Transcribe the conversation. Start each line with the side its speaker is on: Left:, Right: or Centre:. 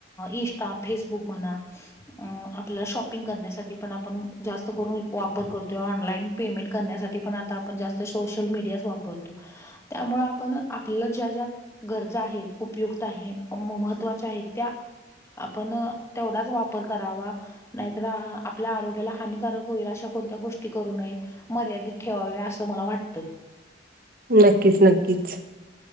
Left: इन्स्टा फेसबुक म्हणा आपल्याला शॉपिंग करण्यासाठी पण आपण जास्त करून वापर करतोय ऑनलाइन पेमेंट करण्यासाठी पण आता आपण जास्त सोशल मीडियाच वापरतो
Right: <unintelligible>
Left: त्यामुळं आपण आपलं ज्या ज्या गरजा आहेत उपयुक्त आहे महत्त्वाच्या आहेत त्या आपण तेवढाच वापर करावा नाहीत आपल्या आरोग्याला हानिकारक होईल अशा कोणत्या गोष्टी करू नयेत मर्यादित ठेवावे असं मला वाटतं
Right: नक्कीच नक्कीच